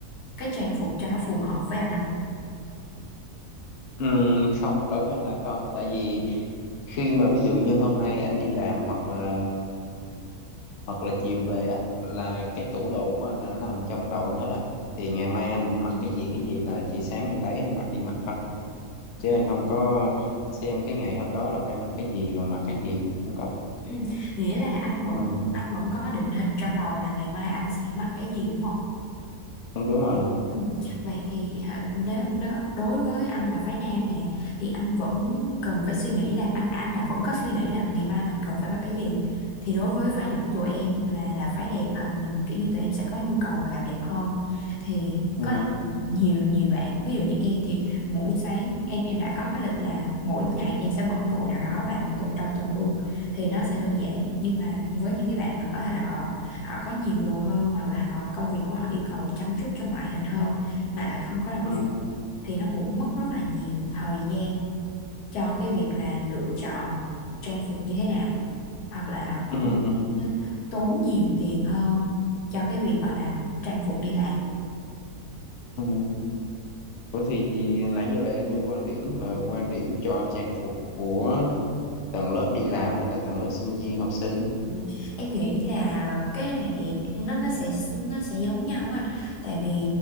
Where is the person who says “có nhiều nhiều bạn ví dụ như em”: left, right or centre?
Left